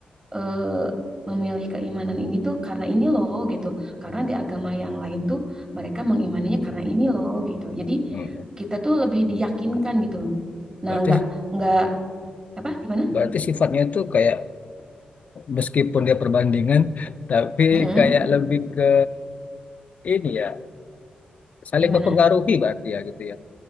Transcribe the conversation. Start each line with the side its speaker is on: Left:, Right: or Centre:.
Right: eh, memilih keimanan ini tuh karena ini loh gitu. Karena di agama yang lain tuh mereka mengimaninya karena ini loh gitu. Jadi
Left: Mm.
Right: kita tuh lebih diyakinkan gitu. Nah,
Left: Berarti
Right: nggak nggak apa gimana?
Left: berarti sifatnya itu kayak meskipun dia perbandingan <laughs> tapi
Right: Mm-mm,
Left: kayak lebih ke ini ya, saling
Right: gimana?
Left: mempengaruhi berarti ya gitu ya.